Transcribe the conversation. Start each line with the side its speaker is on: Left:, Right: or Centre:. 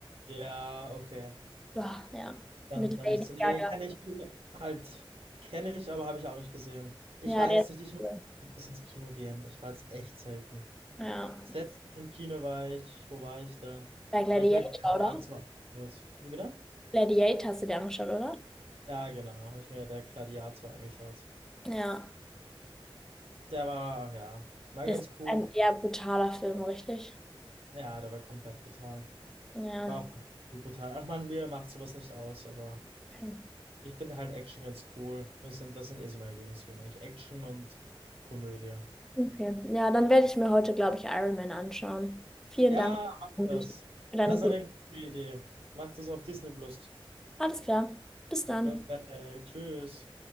Right: Ja, okay.
Centre: Ja, ja,
Right: Dann,
Centre: mit
Right: dann
Centre: Lady
Right: nicht so. Nee,
Centre: Gaga.
Right: kenne ich halt. Kenne ich, aber habe ich auch nicht gesehen. Ich
Centre: Ja,
Right: weiß
Centre: der ist
Right: nicht, ich muss
Centre: cool.
Right: bis ins Kino gehen. Ich war jetzt echt selten.
Centre: Ja.
Right: Das letzte Mal im Kino war ich, wo war ich da?
Centre: Bei Gladiator,
Right: Habe ich mir Gladiator
Centre: oder?
Right: angeschaut. Wie bitte?
Centre: Gladiator hast du dir angeschaut, oder?
Right: Ja, genau, habe ich mir der Gladiator angeschaut.
Centre: Ja.
Right: Der war, ja, war
Centre: Das
Right: ganz
Centre: ist
Right: cool.
Centre: ein eher brutaler Film, richtig?
Right: Ja, der war komplett brutal.
Centre: Ja.
Right: War auch zu brutal. Ach man, mir macht sowas nicht aus, aber
Centre: Okay.
Right: ich finde halt Action ganz cool. Das sind, das sind eh so meine Lieblingsfilme, eigentlich Action und Komödie.
Centre: Okay. Ja, dann werde ich mir heute, glaube ich, Iron Man anschauen. Vielen
Right: Ja,
Centre: Dank
Right: mach
Centre: für
Right: das.
Centre: deine
Right: Das ist
Centre: guten.
Right: eine gute Idee. Mach das auf Disney Plus.
Centre: Alles klar. Bis dann.
Right: Perfekt. Tschüss.